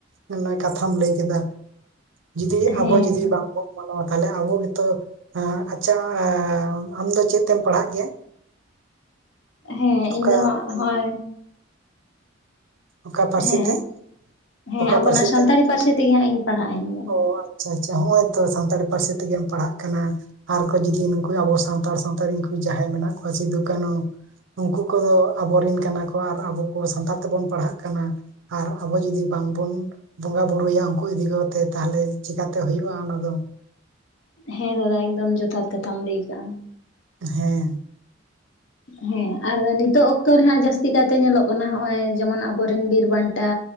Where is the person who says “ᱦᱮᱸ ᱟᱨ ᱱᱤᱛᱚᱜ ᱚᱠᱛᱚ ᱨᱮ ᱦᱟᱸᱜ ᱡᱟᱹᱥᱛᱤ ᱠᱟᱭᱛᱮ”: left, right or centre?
Left